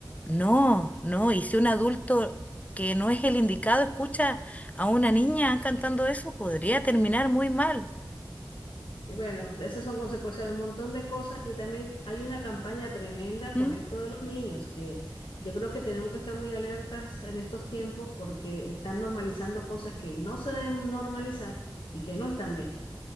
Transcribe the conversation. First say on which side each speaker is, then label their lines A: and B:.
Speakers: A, on the left (about 15°); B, on the left (about 75°).
A: no, no. Y si un adulto que no es el indicado escucha a una niña cantando eso, podría terminar muy mal.
B: Y bueno, esas son consecuencias de un montón de cosas y también hay una campaña tremenda
A: ¿Mm?
B: con esto de los niños, que yo creo que tenemos que estar muy alertas en estos tiempos porque están normalizando cosas que no se deben normalizar y que no están bien,